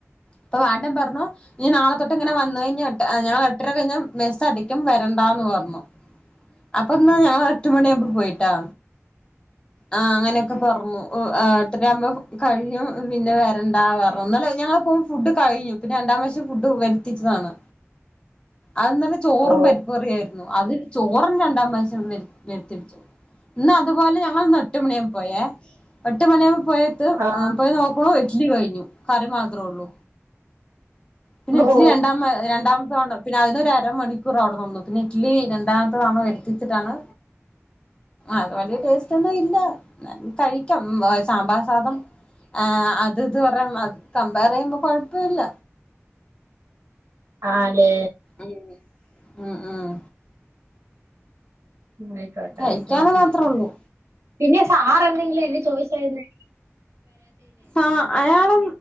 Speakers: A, on the left; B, on the right.
A: അപ്പൊ വാടൻ പറഞ്ഞു ഇനി നാളെ തൊട്ടിങ്ങനെ വന്നഴിഞ്ഞാട്ട ഞാൻ എട്ടര കഴിഞ്ഞ മെസ് അടക്കും വരണ്ടാ ന്ന് പറഞ്ഞു. അപ്പൊന്നാ ഞാൻ എട്ട് മണിയാകുമ്പോ പോയിട്ടാ. ആ അങ്ങനെയൊക്കെ പറഞ്ഞു എട്ടരയാവുമ്പോ കഴിയും പിന്നെ വരണ്ട <unintelligible> ഞങ്ങളെപ്പോളും ഫുഡ് കഴിയും പിന്നെ രണ്ടാം പ്രാവശ്യം ഫുഡ് വരുത്തിച്ചതാണ് അത് നല്ല ചോറും
B: ഓ
A: പരിപ്പറിയായിരുന്നു അതൊരു ചോ റും രണ്ടാം പ്രാവശ്യം വരുത്തിപ്പിച്ചു ഇന്ന് അതുപോലെ ഞങ്ങൾന്ന് എട്ട് മണിയായപ്പോ പോയേ എട്ട് മണിയാവുമ്പ പോയത്ത്
B: ആഹ്
A: പോയി നോക്കണൂ ഇഡ്ലി കഴിഞ്ഞു കറി മാത്രോള്ളൂ. പിന്നെ ഇച്ചിരി
B: ഓ
A: രണ്ടാമ രണ്ടാം <unintelligible> പിന്നെ അതിനൊരര മണിക്കൂർ അവിടെ നിന്നു പിന്നെ ഇഡ്ലി രണ്ടാമത്തെ തവണ വരുത്തിച്ചിട്ടാണ് അത് വലിയ ടേസ്റ്റ് ഒന്നും ഇല്ല കഴിക്കാം സാമ്പാർ സാധം ആഹ് അത് ഇത് കൊറേം കമ്പയർ ചെയ്യുമ്പോ കൊഴപ്പോല്ല
B: ആലേ
A: ഉം ഉം ഉം
B: ആയിക്കോട്ടെ
A: കഴിക്കാന്ന്
B: ആയിക്കോട്ടെ
A: മാത്രേ ഉള്ളൂ
B: പിന്നെ സാർ എന്തെങ്കിലും എന്നെ ചോയിച്ചായിരുന്ന
A: ആ അയാളൊ